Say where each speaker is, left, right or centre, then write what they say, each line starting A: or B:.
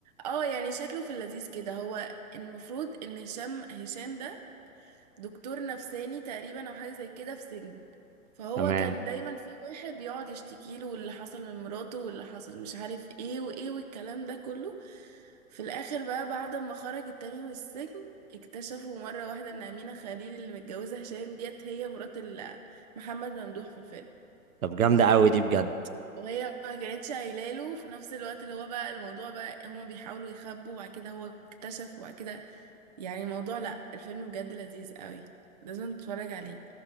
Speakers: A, on the right (about 30°); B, on the right (about 70°).
A: اه يعني شكله في اللذيذ كده هو المفروض ان هشام هشام ده دكتور نفساني تقريبا او حاجة زي كده في سجن فهو
B: تمام
A: كان دايما في واحد بيقعد يشتكي له واللي حصل من مراته واللي حصل مش عارف ايه وايه والكلام ده كله في الاخر بقى بعد ما خرج التاني من السجن اكتشفوا مرة واحدة ان أمينة خليل اللي متجوزة هشام ديت هي مرات ال- محمد ممدوح في الفيلم
B: طب جامده قوي دي بجد
A: وهي ما كانتش قايله له في نفس الوقت اللي هو بقى الموضوع بقى هما بيحاولوا يخبوا وبعد كده هو اكتشف وبعد كده يعني الموضوع لا الفيلم بجد لذيذ قوي لازم تتفرج عليه